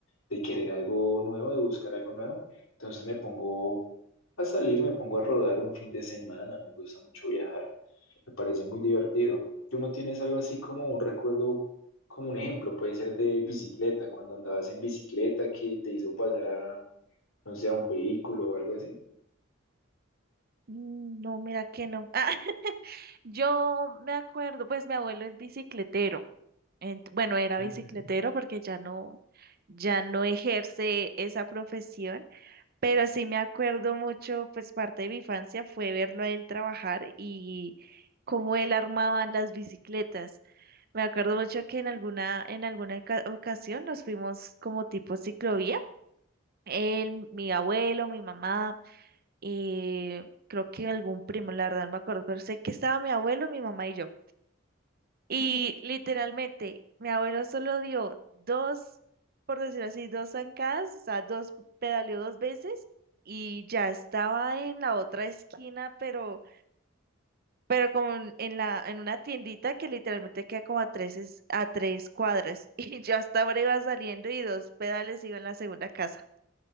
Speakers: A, on the left; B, on the right.
A: de querer algo nuevo, de buscar algo nuevo, entonces me pongo a salir, me pongo a rodar un fin de semana, me gusta mucho viajar, me parece muy divertido. ¿Tú no tienes algo así como un recuerdo, como un ejemplo? Puede ser de bicicleta, cuando andabas en bicicleta que te hizo pasar a, no sé, a un vehículo o algo así.
B: Mm, No, mira que no. <laughs> Ah, yo me acuerdo, pues mi abuelo es bicicletero. ent- bueno, era
A: Ujú.
B: bicicletero porque ya no, ya no ejerce esa profesión. Pero sí me acuerdo mucho, pues parte de mi infancia fue verlo a él trabajar y cómo él armaba las bicicletas. Me acuerdo mucho que en alguna, en alguna oca- ocasión nos fuimos como tipo ciclovía. Él, mi abuelo, mi mamá, eh, creo que algún primo, la verdad no me acuerdo, pero sé que estaba mi abuelo, mi mamá y yo. Y literalmente, mi abuelo solo dio dos, por decirlo así, dos zancadas, o sea, dos, pedaleó dos veces y ya estaba en la otra esquina, pero, pero como en en la, en una tiendita que literalmente queda como a tres, es- a tres cuadras. <laughs> Y yo hasta ahora iba saliendo y dos pedales iba en la segunda casa.